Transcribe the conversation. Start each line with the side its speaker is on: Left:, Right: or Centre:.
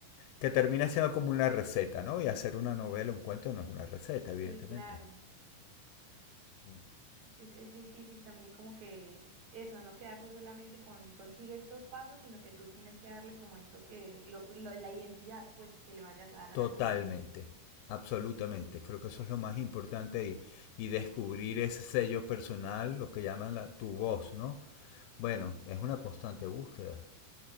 Left: que termina siendo como una receta, ¿no? Y hacer una novela, un cuento no es una receta,
Right: Sí,
Left: evidentemente.
Right: claro.
Left: Mm.
Right: Es, es difícil también como que eso, no quedarse solamente con consigue estos pasos, sino que tú tienes que darle como el toque, lo, lo- la identidad pues que le vayas a dar a
Left: Totalmente,
Right: la novela.
Left: absolutamente.
Right: Sí,
Left: Creo que eso es lo más importante y, y descubrir ese sello personal, lo que llaman la- tu voz, ¿no? Bueno,
Right: sí,
Left: es una constante búsqueda.